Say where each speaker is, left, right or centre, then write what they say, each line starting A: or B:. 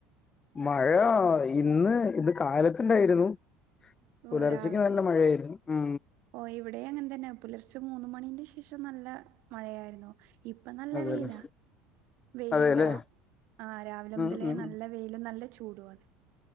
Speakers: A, on the left; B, on the right.
A: മഴ ഇന്ന് ഇത് കാലത്തിണ്ടായിരുന്നു
B: ഓ
A: പുലർച്ചയ്ക്ക്
B: രാവിലെ
A: നല്ല മഴയായിരുന്നു. ഉ
B: ഓ ഇവിടെ അങ്ങനെ തന്നെ പുലർച്ചെ മൂന്ന് മണിന്റെ ശേഷം നല്ല മഴയായിന്നു. ഇപ്പം നല്ല
A: അതെല്ലേ
B: വെയിലാ. വെയിലുണ്ടോ?
A: അതെല്ലേ
B: ആ രാവിലെ
A: ഉം
B: മുതലേ
A: ഉം
B: നല്ല വെയിലും നല്ല ചൂടുആണ്.